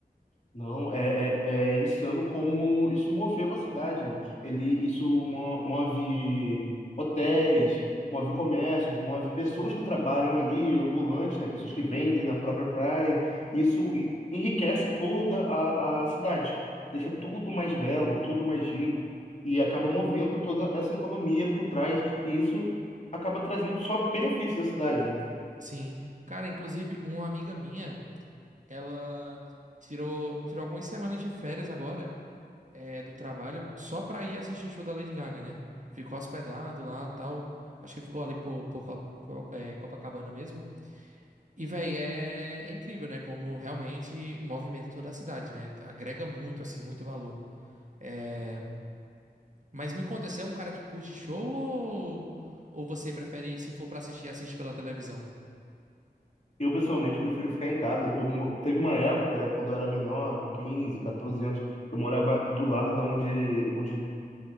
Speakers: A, on the left; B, on the right.
A: Não, é, é, é insano como isso moveu a cidade, né? Ele, isso mo- move hotéis, move comércios, move pessoas que trabalham ali, ambulantes, né? Pessoas que vendem na própria praia. Isso e- enriquece toda a, a cidade, deixa tudo mais belo, tudo mais rico e acaba movendo toda essa economia por trás. E isso acaba trazendo só benefícios à cidade, né?
B: Sim. Cara, inclusive, uma amiga minha, ela tirou, tirou algumas semanas de férias agora. é, do trabalho só pra ir assistir o show da Lady Gaga, né? Ficou hospedado lá, tal. Acho que ficou ali por, por Co- Co- é, Copacabana mesmo. E, véi, é é incrível, né? Como realmente movimenta toda a cidade, né? Agrega muito, assim, muito valor. É, Mas me conta, você é um cara que curte show ou, ou você prefere, se for pra assistir, assiste pela televisão?
A: Eu pessoalmente prefiro ficar em casa. Eu mo- teve uma época, né, quando eu era menor, 15, 14 anos, eu morava do lado da onde, onde